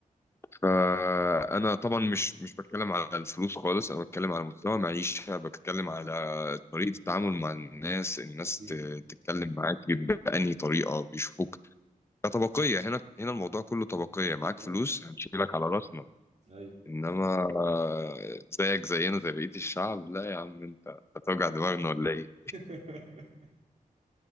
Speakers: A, on the left; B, on the right.
A: فأنا طبعا مش مش بتكلم على الفلوس خالص أنا بتكلم على مستوى معيشة بتكلم على طريقة التعامل مع الناس الناس
B: اكيد
A: ت- تتكلم معاك بأنهي طريقة بيشوفوك كطبقية هنا هنا الموضوع كله طبقية
B: اكيد
A: معاك
B: اه
A: فلوس هنشيلك على راسنا
B: ايوه
A: إنما آه، زيك زينا زي بقية الشعب لا يا عم أنت هتوجع دماغنا ولا إيه؟
B: <laughs>